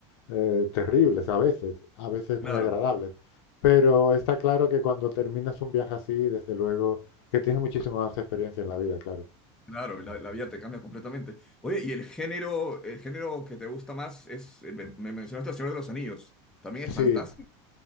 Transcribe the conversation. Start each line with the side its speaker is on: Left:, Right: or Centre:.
Left: eh, terribles a veces, a veces
Centre: Claro.
Left: muy agradables. Pero está claro que cuando terminas un viaje así, desde luego, que tienes muchísima más experiencia en la vida, claro.
Centre: Claro, la, la vida te cambia completamente. Oye, ¿y el género, el género que te gusta más es, eh, me me mencionaste El Señor de los Anillos, también
Left: Sí,
Centre: es fantástico.